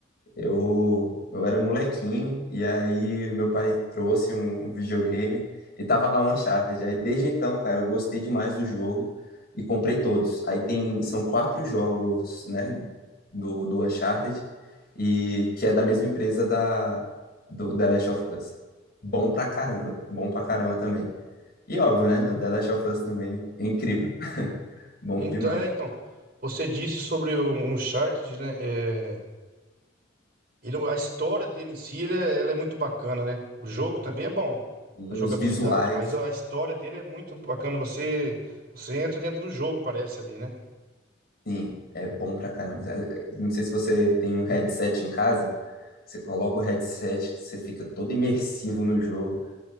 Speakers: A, on the left (about 50°); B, on the right (about 50°).
A: Eu, eu era molequinho e aí o meu pai trouxe um videogame e tava lá o Uncharted. Aí desde então, cara, eu gostei demais do jogo e comprei todos. Aí tem, são quatro jogos, né, do, do Uncharted e que é da mesma empresa da do The Last of Us. Bom pra caramba, bom pra caramba também. E óbvio, né, o The Last of Us também é incrível, bom
B: então,
A: demais.
B: é, então, você disse sobre o Uncharted, né? É, Ele, a história dele em si, ele é- ela é muito bacana, né? O jogo também é bom,
A: E
B: a jogabilidade,
A: os visuais
B: mas a história dele é muito bacana. Você, você entra dentro do jogo, parece ali, né?
A: Sim, é bom pra caramba. É, é, Não sei se você tem um headset em casa, você coloca o headset, você fica todo imersivo no jogo.